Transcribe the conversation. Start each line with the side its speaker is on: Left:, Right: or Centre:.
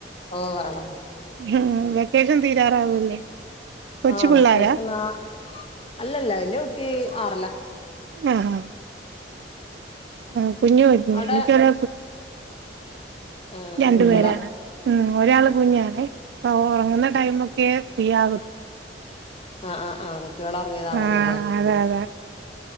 Left: ഓ ബഹള
Right: ഹും.. വെക്കേഷം തീരാറാവൂല്ലേ കൊച്ചു
Left: ആഹ്
Right: പിള്ളാരാ
Left: വെക്കേഷം ന്നാ അല്ലല്ല വല്യേ കുട്ടി ആറില
Right: മ്. ഹാ <unintelligible>
Left: അവിടെ ആ
Right: രണ്ടു
Left: കുഞ്ഞുകുട്ടികളാ
Right: പേരാണ്. ഉം ഒരാൾ കുഞ്ഞാണേ പ്പൊ ഉറങ്ങുന്ന ടൈമൊക്കെ ഫ്രീ ആവും.
Left: ആ ആ ആ കുട്ടികളൊറങ്ങിയതാണല്ലോ
Right: ആഹ്
Left: ല്ലേ?
Right: അതെ അതെ